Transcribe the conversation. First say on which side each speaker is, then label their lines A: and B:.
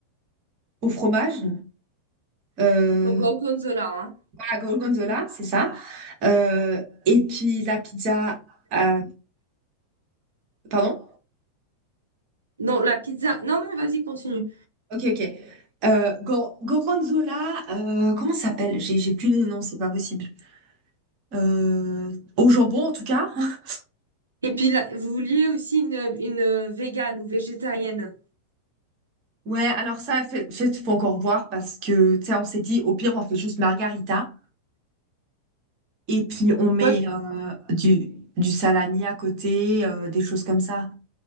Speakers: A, on the right; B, on the right.
A: au fromage, euh,
B: Donc gorgonzola, hein.
A: à la gorgonzola, c'est ça. Euh, et puis, la pizza... à- Pardon?
B: Non, la pizza. Non, non, vas-y, continue.
A: Ok, ok. Euh, gor- gorgonzola, euh, comment ça s'appelle? J'ai j'ai plus de nom, c'est pas possible. Euh, au jambon, en tout cas. <laughs>
B: Et puis là, vous vouliez aussi une, une végane ou végétarienne.
A: Ouais, alors ça, fait, fait, faut encore voir parce que, tu sais, on s'est dit, au pire, on fait juste margarita et puis on met
B: Moi,
A: euh, du, du salami à côté, euh, des choses comme ça.